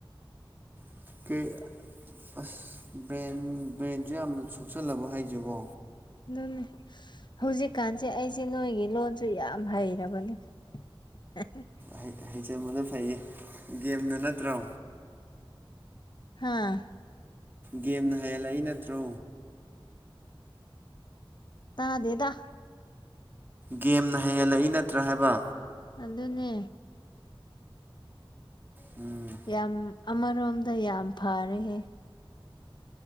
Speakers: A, on the right; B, on the left.
A: <unintelligible> ꯑꯁ ꯕ꯭ꯔꯦꯟ ꯕ꯭ꯔꯦꯟꯖꯨ ꯌꯥꯝꯅ ꯁꯣꯛꯆꯜꯂꯕꯣ ꯍꯥꯏꯖꯤꯕꯣ
B: <unintelligible> ꯍꯧꯖꯤꯛꯀꯥꯟꯁꯦ ꯑꯩꯁꯦ ꯅꯣꯏꯒꯤ ꯂꯣꯟꯁꯨ ꯌꯥꯝ ꯍꯩꯔꯕꯅꯦ <unintelligible>
A: ꯍꯩ ꯍꯩꯖꯟꯕꯗꯣ ꯐꯩꯌꯦ ꯒꯦꯝꯗꯣ ꯅꯠꯇ꯭ꯔꯣ
B: ꯍꯥꯥ
A: ꯒꯦꯝꯅ ꯍꯩꯍꯜꯂꯛꯏ ꯅꯠꯇ꯭ꯔꯣ
B: ꯇꯥꯗꯦꯗ
A: ꯒꯦꯝꯅ ꯍꯩꯍꯜꯂꯛꯏ ꯅꯠꯇ꯭ꯔꯥ ꯍꯥꯏꯕ
B: ꯑꯗꯨꯅꯦ
A: ꯎꯝ
B: ꯌꯥꯝ ꯑꯃꯔꯣꯝꯗ ꯌꯥꯝ ꯐꯔꯦꯍꯦ